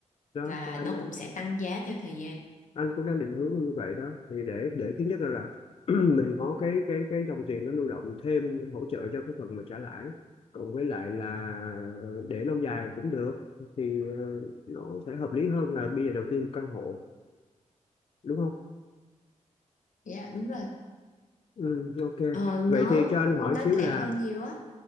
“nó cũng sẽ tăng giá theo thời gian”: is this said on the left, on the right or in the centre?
Left